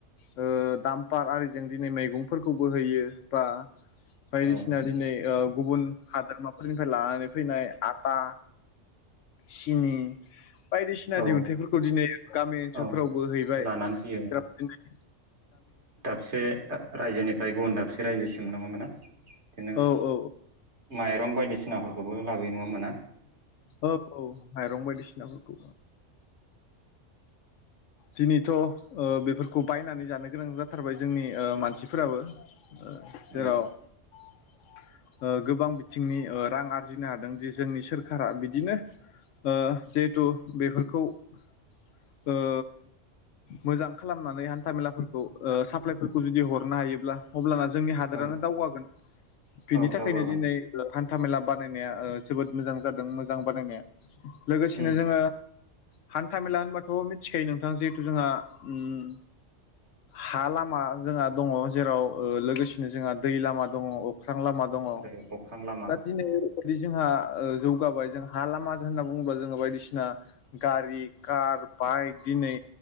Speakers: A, on the left; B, on the right.
A: ओ दाम्फार आरिजों दिनै मैगंफोरखौबो होयो बा बायदिसिना
B: औ
A: दिनै ओ गुबुन हादोरमाफोरनिफ्राय लानानै फैनाय आटा सिनि बाय सिना
B: औ
A: दिहुनथाइफोरखौ दिनै गामि ओनसोलफोरावबो
B: औ
A: हैबाय
B: लानानै फैयो
A: बिदिनो
B: दाबसे रायजोनिफ्राय गुबुन दाबसे रायजोसिम नंगोना इदिनो
A: ओ औ
B: माइरं बायदिसिना फोरखौबो लाबोयो नङा होमबा ना
A: औ-औ माइरं बायदिसिनाफोरखौबो दिनैथ' ओ बेफोरखौ बायनानै जानो गोनां जाथारबाय जोंनि ओ मानसिफोराबो ओ जेराव
B: उम
A: ओ गोबां बिथिंनि ओ रां आरजिनो हादों जे जोंनि सोरखारा बिदिनो ओ जिहेथु बेफोरखौ ओ मोजां खालामनानै हान्था मेलाफोरखौ ओ साप्लायफोरखौ जुदि हरनो हायोब्ला अब्लाना जो जोंनि हादोरानो
B: औ
A: दावगागोन बिनि
B: औ
A: थाखायनो
B: दावगागोन
A: दिनै ओ हान थामेला बानायनाया ओ जोबोद मोजां जादों मोजां बानायनाया लोगोसेनो
B: उम
A: जोङो हान्थामेला होनबाथ' मिथिखायो नोंथां जिहेथु जोंहा उम हा लामा जोंहा दङ जेराव ओ लोगोसेनो जोंहा दै लामा दङ अ' ख्रां लामा दङ
B: आरो अख्रां लामा
A: दा दिनै फोरदि जोंहा ओ जौगाबाय जों हा लामाजों होनना बुङोबा जोङो बायदिसिना गारि कार बाइक दिनै